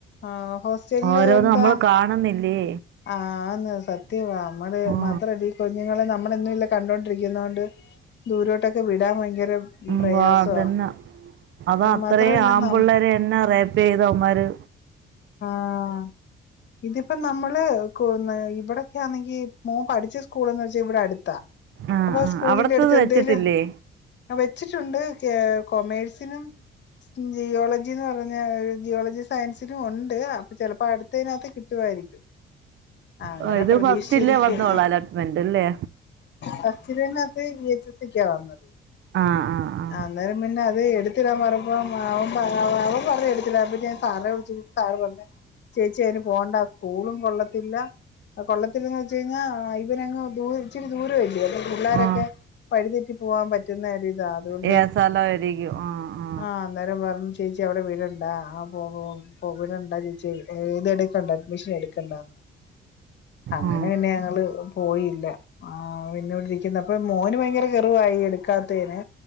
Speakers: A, on the left (about 60°); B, on the right (about 70°).
A: ആഹ ഹോസ്റ്റലില്
B: ഓരോന്ന്
A: എന്താ?
B: നമ്മള് കാണുന്നില്ലേ
A: ആന്ന് സത്യവാ നമ്മള്
B: ആ
A: മാത്രല്ല ഈ കുഞ്ഞുങ്ങളെ നമ്മ ളെന്നും ഇല്ലെ കണ്ടൊണ്ടിരിക്കുന്നോണ്ട് ദൂരോട്ടൊക്കെ വിടാൻ ഭയങ്കര
B: ഉം
A: പ്രയാസവാ
B: വാ അതന്ന അത അത്രയും
A: മാത്രല്ല
B: ആമ്പള്ളേരെ
A: നം
B: എന്ന റേപ്പെയ്തവന്മാര്
A: ആഹ് ഇതിപ്പം നമ്മള് കൊ ഇവിടെക്കാ ന്നെങ്കി മോൻ പഠി ച്ച സ്കൂൾന്ന് വെച്ചാ ഇവിടെ അടുത്താ
B: ആ
A: അപ്പൊ
B: ആ
A: സ്കൂളിന്റെ
B: അവിടത്തത്
A: എടുത്ത് എന്തേലും
B: വെച്ചിട്ടില്ലേ
A: വെച്ചിട്ടുണ്ട് കൊമേഴ്സിനും ജിയോളജിന്ന് പറഞ്ഞ ജിയോളജി സയൻസിലും ഉണ്ട് അപ്പൊ ചിലപ്പോ അടുത്തേനകത്ത് കിട്ടുവായിരിക്കും ആ അങ്ങനെ
B: ഓ ഇത്
A: പ്രതീക്ഷിച്ചിരിക്യാ
B: ഫസ്റ്റില്ലേ വന്നോളൂ അലോട്ട്മെന്റ് അല്ലേ
A: ഫസ്റ്റ് ലെന്നെ അത് വി എച്ച് എസ് സി ക്ക വന്നത്
B: ആ ആ ആ
A: അന്നേരം പിന്നെ അത് എടുത്തിടാൻ പറഞ്ഞപ്പം അവൻ അവൻ പറഞ്ഞ് എടുത്തിടാന്ന് പക്ഷെ ഞാൻ സാറെ വിളിച്ച് ചോയ്ച്ചപ്പൊ സാറ് പറഞ്ഞ് ചേച്ചി അയ്ന് പോകണ്ട സ്കൂളും കൊള്ളത്തില്ല. കൊള്ളത്തില്ലന്ന് വെച്ച് കഴിഞ്ഞാ ഇവനങ്ങ് ദൂ ഇച്ചിരി ദൂര അല്ലേ പിള്ളാരൊക്കെ
B: ആ
A: വഴിതെറ്റി പോവാൻ പറ്റുന്ന ര് താ അതുകൊണ്ട്
B: ഏ സ്ഥലമായിരിക്കും ആ ആ
A: ആഹ് അന്നേരം പറഞ്ഞ് ചേച്ചി അവിടെ വിടണ്ട ആഹ് വിടണ്ട ചേച്ചി ഇത് എടുക്കണ്ട അഡ്മിഷൻ എടു ണ്ടാന്ന്. അങ്ങനെ
B: ആ
A: പിന്നെ ഞങ്ങള് പോയി ല്ല. ആഹ് പിന്നോട്രിക്കുന്ന അപ്പൊ മോന് ഭയങ്കര കെറുവായി. എടുക്കാത്തേന്